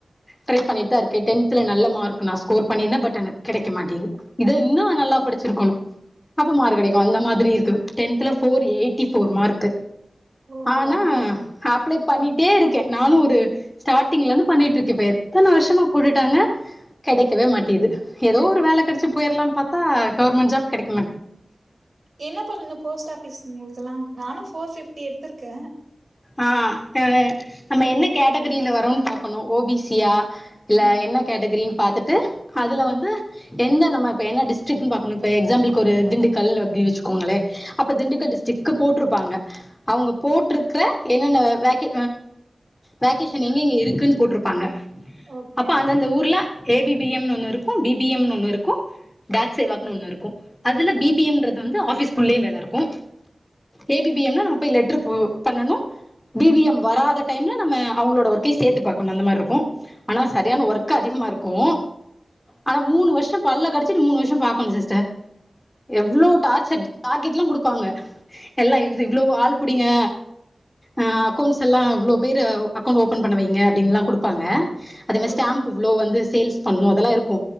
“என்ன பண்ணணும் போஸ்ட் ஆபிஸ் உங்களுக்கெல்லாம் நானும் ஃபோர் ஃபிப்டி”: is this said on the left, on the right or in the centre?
Right